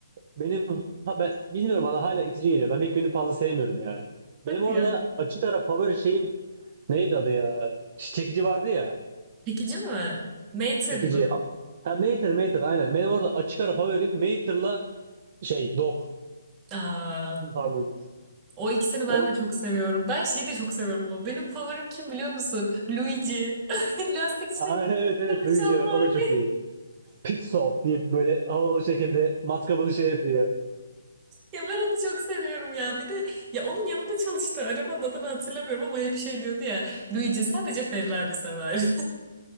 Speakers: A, on the right; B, on the right.
A: Benim ha ben bilmiyorum bana hala itici geliyor. Ben McQueen'i fazla sevmiyorum ya.
B: Hadi
A: Benim orada
B: ya.
A: açık ara favori şeyim neydi adı ya? Ç- Çekici vardı ya.
B: Çekici mi? Mater
A: Çekici.
B: mı?
A: Ha, Mater Mater aynen. Benim orada açık ara favorim Mater'la şey Dog.
B: Aa,
A: Pardon.
B: o ikisini
A: O,
B: ben de
A: <laughs>
B: çok seviyorum. Ben şeyi de çok seviyorum ama benim favorim kim biliyor musun? Luigi. <laughs> Lastikçinin
A: Aa, evet evet
B: çalışan
A: duyucu.
B: var.
A: O da çok
B: <laughs>
A: iyi. Pit Stop deyip böyle havalı bir şekilde matkabını şey yapıyor.
B: Ya ben onu çok seviyorum ya. Bir de ya onun yanında çalıştı. Arabanın adını hatırlamıyorum ama hep şey diyordu ya. Luigi sadece Ferrari sever. <laughs>